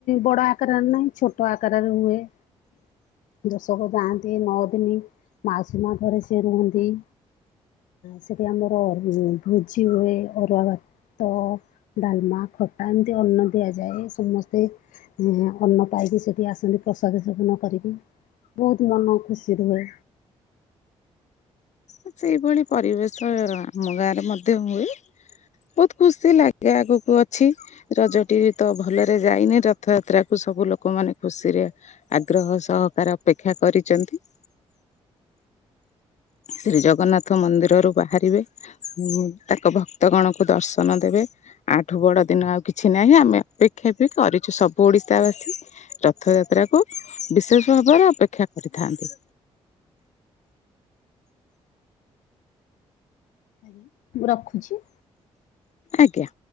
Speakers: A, on the left; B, on the left.
A: ବଡ ଆକାରରେ ନାହିଁ ଛୋଟ ଆକାରରେ ହୁଏ। ଦଶକ ଯାଆନ୍ତି ନଅ ଦିନ ମାଉସୀ ମା ରେ ସେଏ ରୁହନ୍ତି। ସେଠି ଆମର ଭୋଜି ହୁଏ ଅରୁଆ ତ ଡାଲମା ଖଟା ଏମିତି ଅନ୍ନ ଦିଆଯାଏ ସମସ୍ତେ ଅନ୍ନ ପାଇକି ସେଠି ଆସନ୍ତି ପ୍ରସାଦ ସେବନ କରିକି ବହୁତ ମନ ଖୁସି ରୁହେ।
B: ସେଇଭଳି ପରିବେଶ ଆମ ଗାଁରେ ମଧ୍ୟ ହୁଏ। ବହୁତ ଖୁସି ଲାଗେ ଆଗକୁ ଅଛି ରଜ ଟି ବି ତ ଭଲରେ ଯାଇନି ରଥଯାତ୍ରା କୁ ସବୁ ଲୋକ ମାନେ ଖୁସିରେ ଆଗ୍ରହ ସହକାର ଅପେକ୍ଷା କରିଛନ୍ତି। ଶ୍ରୀ ଜଗନ୍ନାଥ ମନ୍ଦିରରୁ ବାହାରିବେ ତାଙ୍କ ଭକ୍ତଗଣକୁ ଦର୍ଶନ ଦେବେ। ଆଠୁ ବଡ଼ ଦିନ ଆଉ କିଛି ନାହିଁ। ଆମେ ଅପେକ୍ଷା ବି କରିଛୁ ସବୁ ଓଡ଼ିଶା ବାସୀ। ରଥଯାତ୍ରାକୁ ବିଶେଷ ଭାବରେ ଅପେକ୍ଷା କରିଥାନ୍ତି।
A: ଆଜ୍ଞା ମୁଁ ରଖୁଛି।
B: ଆଜ୍ଞା।